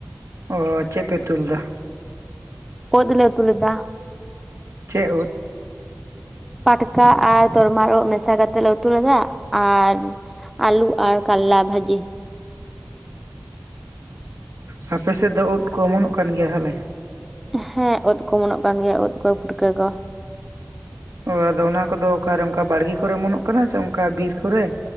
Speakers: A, on the right; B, in the centre.
A: ᱚᱻ ᱪᱮᱫ ᱯᱮ ᱩᱛᱩᱞ ᱮᱫᱟ?
B: ᱩᱫ ᱞᱮ ᱩᱛᱩ ᱞᱮᱫᱟ᱾
A: ᱪᱮᱫ ᱩᱫ?
B: ᱯᱟᱴᱠᱟ ᱟᱨ ᱛᱚᱨᱢᱟᱞ ᱩᱫ ᱢᱮᱥᱟ ᱠᱟᱛᱮᱫ ᱞᱮ ᱩᱛᱩ ᱞᱮᱫᱟ᱾ ᱟᱨ ᱟᱞᱩ ᱟᱨ ᱠᱟᱞᱞᱟ ᱵᱷᱟᱡᱤ᱾
A: ᱚᱻ ᱟᱯᱮ ᱥᱮᱫ ᱫᱚ ᱩᱫ ᱠᱚ ᱚᱢᱚᱱᱚᱜ ᱠᱟᱱ ᱜᱮᱭᱟ ᱛᱟᱦᱞᱮ?
B: ᱦᱮᱸ ᱩᱫ ᱠᱚ ᱚᱢᱚᱱᱚᱜ ᱠᱟᱱ ᱜᱮᱭᱟ, ᱩᱫ ᱠᱚ, ᱯᱩᱴᱠᱟᱹ ᱠᱚ᱾
A: ᱚᱻ ᱟᱫᱚ ᱚᱱᱟ ᱠᱚᱫᱚ ᱚᱠᱟᱨᱮ ᱚᱝᱠᱟ ᱵᱟᱲᱜᱮ ᱠᱚᱨᱮᱢᱚᱱᱚᱜ ᱠᱟᱱᱟ ᱥᱮ ᱚᱝᱠᱟ ᱵᱤᱨ ᱠᱚᱨᱮ?